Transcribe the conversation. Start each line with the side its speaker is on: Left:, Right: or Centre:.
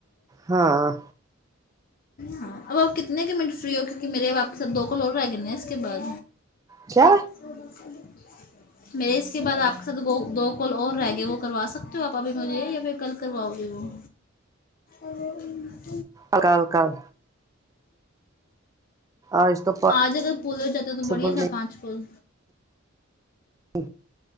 Right: ہاں
Left: ہاں اب آپ کتنے کے منٹ فری ہو کیونکہ میرے آپ کے سر دو کال رہ گئے ہیں اس کے بعد
Right: کیا
Left: تو <unintelligible> میرے اس کے بعد آپ کے ساتھ دو کال اور رہ گئے وہ کروا سکتے ہو آپ ابھی مجھے یا پھر کل کرواؤ گے ہو اور <unintelligible>
Right: اکالکال آج تو
Left: آج اگر پورے جاتے
Right: پاسبل
Left: تو بڑھیا تھا
Right: نہیں
Left: پانچ پول
Right: <inaudible>